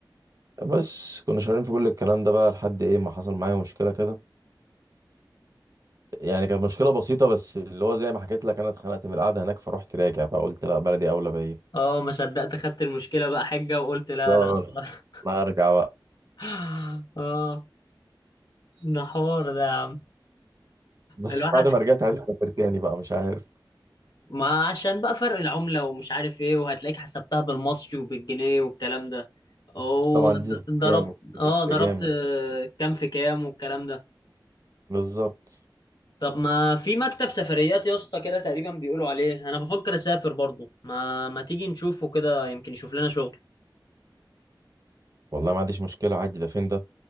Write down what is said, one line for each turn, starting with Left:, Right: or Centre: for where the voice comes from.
Right: بس كنا شغالين في كل الكلام ده بقى لحد إيه ما حصل معايا مشكلة كده يعني كانت مشكلة بسيطة بس اللي هو زي ما حكيت لك أنا اتخنقت من القعدة هناك فروحت راجع بقى قلت لا بلدي أولى بيا
Left: اه ما صدقت خدت المشكلة بقى حجة وقلت لا
Right: بالظبط.
Left: لا <laughs>
Right: أنا هرجع بقى
Left: اه ده حوار ده يا عم
Right: بس
Left: الواحد
Right: بعد ما رجعت عايز أسافر تاني بقى مش عارف
Left: ما عشان بقى فرق العملة ومش عارف ايه وهتلاقيك حسبتها بالمصري وبالجنيه والكلام ده وضربت
Right: طبعا دي تفرق جامد دي
Left: اه
Right: تفرق
Left: ضربت
Right: جامد
Left: آه، كام في كام والكلام ده
Right: بالظبط
Left: طب ما في مكتب سفريات يا اسطى كده تقريبا بيقولوا عليه انا بفكر اسافر برضو ما ما تيجي نشوفه كده يمكن يشوف لنا شغل
Right: والله ما عنديش مشكلة عادي ده فين ده